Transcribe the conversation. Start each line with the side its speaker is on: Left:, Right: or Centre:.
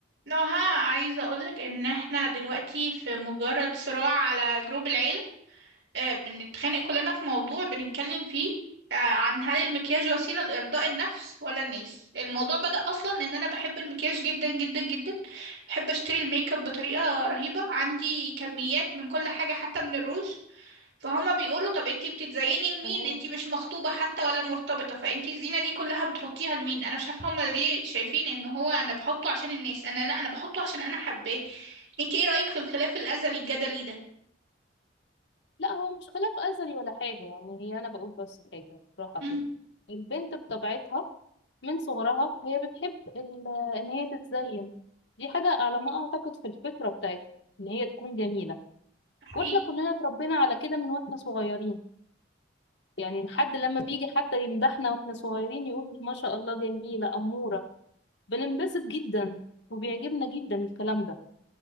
Right: نوها عايزة اقولك ان احنا دلوقتي في مجرد صراع على جروب العيلة آه، بنتخانق كلنا في موضوع بنتكلم فيه آه، عن هل المكياج وسيلة لإرضاء النفس ولا الناس الموضوع بدأ أصلا إن أنا بحب المكياج جدا جدا جدا بحب أشتري الميك اب بطريقة رهيبة عندي كميات من كل حاجة حتى من الروج فهما بيقولوا طب انتي بتتزيني لمين
Left: تمام
Right: انتي مش مخطوبة حتى ولا مرتبطة فانتي الزينة دي كلها بتحطيها لمين انا مش عارفة هما ليه شايفين ان هو انا بحطه عشان الناس انا لا انا بحطه عشان انا حباه انتي ايه رأيك في الخلاف الازلي الجدلي ده
Left: لا هو مش خلاف أزلي ولا حاجة يعني هي أنا بقول بس حاجة بالراحة
Right: امم
Left: كده البنت بطبيعتها من صغرها هي بتحب ال- إن هي تتزين دي حاجة على ما أعتقد في الفطرة بتاعتها إن هي تكون جميلة
Right: حقيقي
Left: وإحنا كلنا اتربينا على كده من وإحنا صغيرين يعني لحد لما بيجي حتى يمدحنا وإحنا صغيرين يقول ما شاء الله جميلة أمورة بننبسط جدا وبيعجبنا جدا الكلام ده